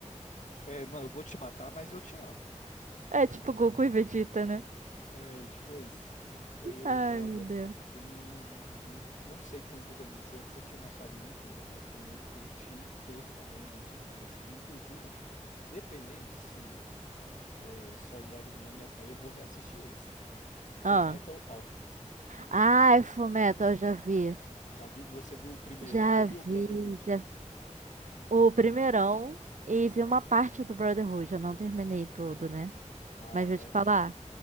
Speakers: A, on the left; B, on the right.
A: É, não, eu vou te matar, mas eu te amo.
B: É tipo Goku e Vegeta, né?
A: É, tipo esse. É,
B: Ai,
A: olha,
B: meu Deus.
A: tem um, um- não sei quantos animes você assistiu na sua vida inteira, mas tem um que eu te recomendo demais, que inclusive, se- dependendo se é, Solo Leveling não me atrair, eu vou reassistir esse. Full
B: Ah,
A: Metal Alchemist.
B: ai, Fullmetal, eu já vi.
A: Já viu? Você viu o primeirão
B: Já
A: ou viu
B: vi,
A: o Brotherhood?
B: já vi. O primeirão e vi uma parte do Brotherhood. Eu não terminei tudo, né?
A: Ah,
B: Mas
A: até.
B: vou te falar,